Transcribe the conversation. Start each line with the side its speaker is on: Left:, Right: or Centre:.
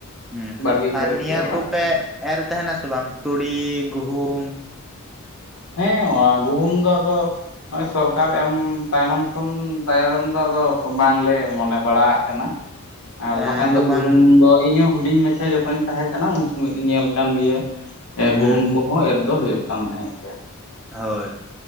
Centre: ᱦᱩᱸ
Left: ᱵᱟᱲᱜᱮ ᱠᱚᱨᱮ
Centre: ᱟᱨ ᱱᱤᱭᱟᱹ
Left: ᱜᱮ ᱚᱲᱟᱜ
Centre: ᱠᱚᱯᱮ
Left: ᱠᱚ
Centre: ᱮᱨ ᱛᱟᱦᱮᱱᱟ ᱥᱮ ᱵᱟᱝ ᱛᱩᱲᱤ, ᱜᱩᱦᱩᱢ
Left: ᱦᱮᱸ ᱚᱱᱟ ᱜᱩᱦᱩᱢ ᱫᱚ ᱟᱫᱚ ᱱᱚᱜᱼᱚᱭ ᱥᱚᱨᱠᱟᱨ ᱮᱢ ᱛᱟᱭᱱᱚᱢ ᱠᱷᱚᱱ ᱛᱟᱭᱱᱚᱢ ᱫᱚ ᱟᱫᱚ ᱵᱟᱝᱞᱮ ᱢᱚᱱᱮ ᱵᱟᱲᱟᱜ ᱠᱟᱱᱟ ᱾ ᱟᱨ
Centre: ᱮᱸ
Left: ᱵᱟᱠᱷᱟᱱ
Centre: ᱡᱚᱠᱷᱚᱱ
Left: ᱫᱚ ᱜᱩᱦᱩᱢ ᱫᱚ ᱤᱧᱦᱚᱸ ᱦᱩᱰᱤᱧ ᱢᱟᱪᱷᱟ ᱡᱚᱠᱷᱚᱱ ᱤᱧ ᱛᱟᱦᱮᱸ ᱠᱟᱱᱟ ᱩᱱ ᱥᱩᱚᱢᱚᱭ ᱧᱮᱞ ᱠᱟᱱ ᱜᱮᱭᱟ
Centre: ᱦᱩᱸ
Left: ᱜᱩᱦᱩᱢ ᱠᱚ ᱦᱚᱸ ᱮᱨ ᱫᱚ ᱦᱩᱭᱩᱜ ᱠᱟᱱ ᱛᱟᱦᱮᱸᱫ᱾ ᱜᱮᱭᱟ
Centre: ᱦᱳᱭ,